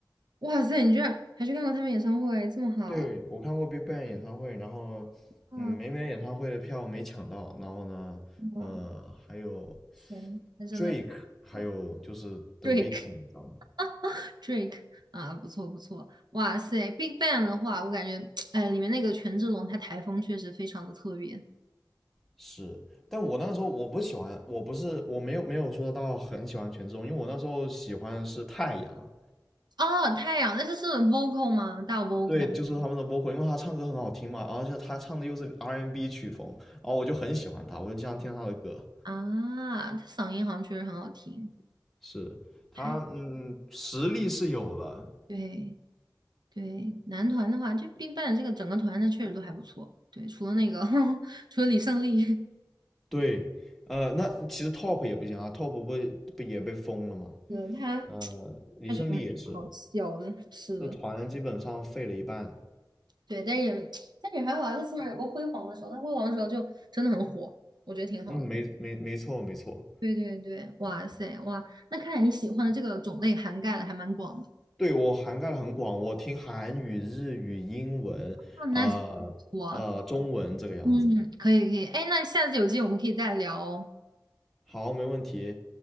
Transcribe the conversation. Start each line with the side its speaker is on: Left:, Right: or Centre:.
Right: 哇塞，你居然还去看过他们演唱会，这么好
Centre: 对我看过 Big Bang 演唱会，然后嗯没买演唱会的票没抢到，
Right: 啊！
Centre: 然后呢呃还有
Right: 哇塞，那真的
Centre: Drake，还有就是
Right: 不
Centre: The
Right: d r
Centre: Weeknd，
Right: a k e
Centre: 你知道吗？
Right: <laughs> Drake 啊，不错不错。哇塞，Big Bang 的话，我感觉 <tsk> 哎，里面那个权志龙他台风确实非常的特别。
Centre: 是，但我那个时候我不喜欢，我不是我没有没有说到很喜欢权志龙，因为我那时候喜欢的是太阳，
Right: 哦，太阳，那这是 vocal 吗？大 vocal
Centre: 对，就是他们的 v o 因为他唱歌很好听嘛，而且他唱的又是 R&B n 曲风，然后我就很喜欢他，我就经常听他的歌。
Right: 啊，他嗓音好像确实很好听。
Centre: 是他，
Right: 太，
Centre: 嗯，实力是有了，
Right: 对对，男团的话，就 BigBang 这个整个团，他确实都还不错。对，除了那个，<laughs> 除了李胜利，
Centre: 对，呃，那其实 Top 也不行啊，Top 不不也被封了嘛，
Right: 对，他
Centre: 呃，李胜利也是，
Right: 他确实蛮好笑的，是的，
Centre: 这团基本上废了一半，
Right: 对，但是但是还好啊，他起码有过辉煌的时候，他辉煌的时候就真的很火，我觉得挺好的。
Centre: 嗯，没没没错没错，
Right: 对对对，哇塞哇，那看来你喜欢的这个种类涵盖的还蛮广的。
Centre: 对，我涵盖的很广，我听韩语、日语、英文，
Right: 啊，那真不错
Centre: 呃呃，中文这个样子。
Right: 嗯，可以可以，哎，那下次有机会我们可以再聊哦。
Centre: 好，没问题。